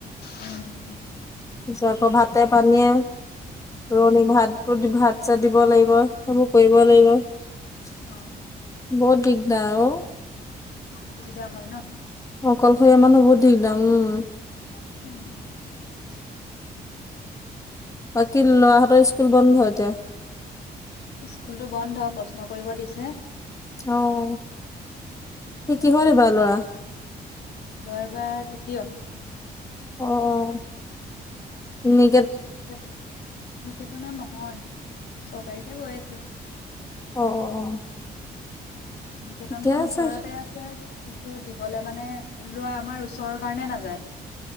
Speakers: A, on the left (about 75°); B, on the left (about 20°).
A: উম,
B: পিছত আকৌ ভাতে-পানীয়ে, ৰুৱণিক ভাত ভাত-চাত দিব লাগিব, সেইবোৰ- কৰিব লাগিব। বহুত
A: অ
B: দিগদাৰ অ'।
A: অসুবিধা হয় ন?
B: অকলশৰীয়া মানহ বহুত দিগদা উম্।
A: উম
B: বাকী ল'ৰাহঁতৰ স্কুল বন্ধ এতিয়া?
A: স্কুলটো বন্ধ প্ৰশ্ন কৰিব দিছে।
B: অঁ।
A: তাকে
B: কি-কিহত এইবাৰ ল'ৰা?
A: লৰা এবাৰ তৃতীয়।
B: অ' অ'। নি
A: নিকেত- নিকেতনত নহয়। চৰকাৰীতহে গৈ আছে।
B: অ', অ', অ',
A: নিকেতনখন
B: ঠিকে আছে।
A: ওচৰতে আছে কিন্তু দিবলে মানে লুৱা আমাৰ ওচৰৰ কাৰণে নাযায়।